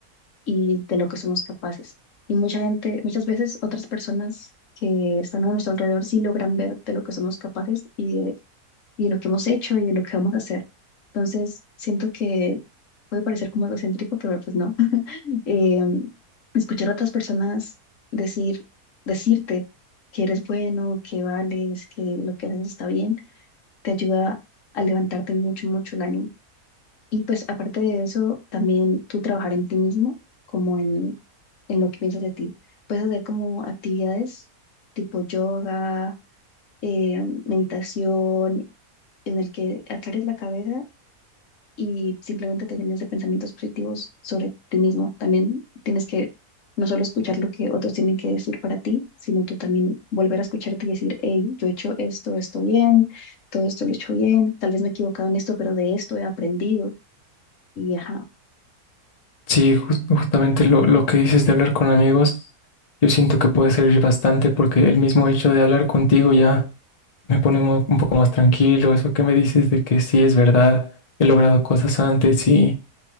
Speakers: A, on the left; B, on the left.
A: y de lo que somos capaces. Y mucha gente, muchas veces otras personas que están a nuestro alrededor sí logran ver de lo que somos capaces y y de lo que hemos hecho y de lo que vamos a hacer. Entonces, siento que puede parecer como algo egocéntrico, pero pues no. <laughs> Eh, escuchar a otras personas decir, decirte que eres bueno, que vales, que lo que haces está bien, te ayuda a levantarte mucho, mucho el ánimo. Y pues aparte de eso, también tú trabajar en ti mismo, como en, en lo que piensas de ti. Puedes hacer como actividades tipo yoga, eh, meditación en el que aclares la cabeza y simplemente te llenes de pensamientos positivos sobre ti mismo. También tienes que no solo escuchar lo que otros tienen que decir para ti, sino tú también volver a escucharte y decir, hey, yo he hecho esto, esto bien, todo esto lo he hecho bien, tal vez me he equivocado en esto, pero de esto he aprendido. Y ajá.
B: Sí, jus- justamente lo, lo que dices de hablar con amigos, yo siento que puede servir bastante porque el mismo hecho de hablar contigo ya me pone mo- un poco más tranquilo. Eso que me dices de que sí es verdad, he logrado cosas antes y...